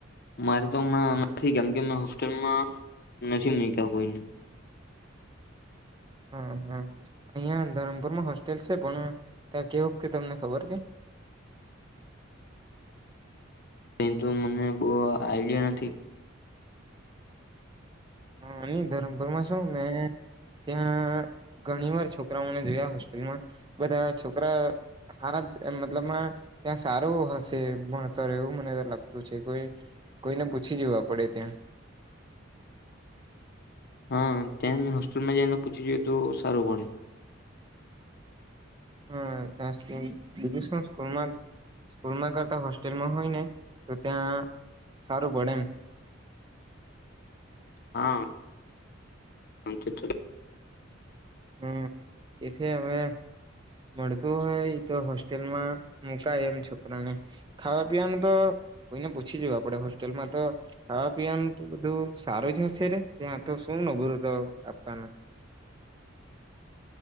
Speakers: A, on the left (about 50°); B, on the right (about 20°).
A: મારે તો નથી કેમ હોસ્ટેલમાં નથી મૂક્યા કોઈએ
B: હા હા અહિયાં ધરમપુરમાં હોસ્ટેલ છે પણ ત્યાં કેવુંક તે તમને ખબર કે
A: એંતુ મને બહુ આઈડિયા નથી
B: હ નની ધરમપુરમાં શું મે ત્યાં ઘણી વાર છોકરાઓને જોયા હોસ્ટેલમાં બધા છોકરા સારા મતલબમાં ત્યાં સારું હશે ભણતર એવું મને લાગતું છે કો કોઈને પૂછી જવા પડે ત્યાં
A: હા ત્યાં હોસ્ટેલમાં જઈને પૂછી જોઈએ તો સારું પડે
B: હા ત્યાં સુ સ્કૂલમાં સ્કૂલમાં કરતા હોસ્ટેલમાં હોય ને તો ત્યાં સારું પડે એમ
A: હા <unintelligible>
B: હમ્મ એથી હવે મળતું હોય તો હોસ્ટેલમાં મુકાય એમ છોકરાને ખાવા પીવાનું તો કોઈને પૂછી જું આપણે હોસ્ટેલમાં તો ખાવા પીવાનું તો બધું સારું જ હશે રે ત્યાં તો શું નબુરું તો આપાના